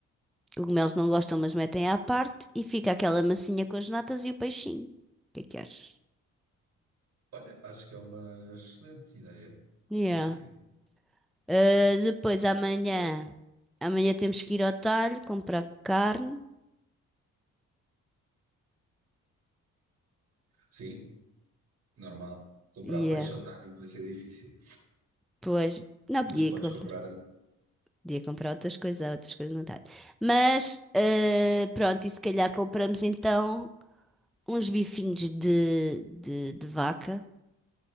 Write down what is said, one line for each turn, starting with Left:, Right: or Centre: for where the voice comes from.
Centre: cogumelos não gostam, mas metem à parte e fica aquela massinha com as natas e o peixinho. O que é que achas?
Right: Olha, acho que é uma excelente ideia.
Centre: Yeah.
Right: Acho que sim.
Centre: Ah, depois
Right: Uma ideia
Centre: amanhã,
Right: maravilhosa.
Centre: amanhã temos que ir ao talho comprar carne.
Right: Sim, normal. Comprar
Centre: Yeah.
Right: peixe ao timing vai ser difícil.
Centre: Pois, não
Right: Mas
Centre: podia
Right: podes
Centre: comprar.
Right: comprar.
Centre: Podia comprar outras coisas,
Right: Podes.
Centre: há outras coisas no talho. Mas, ah, pronto, e se calhar compramos então uns bifinhos de, de, de vaca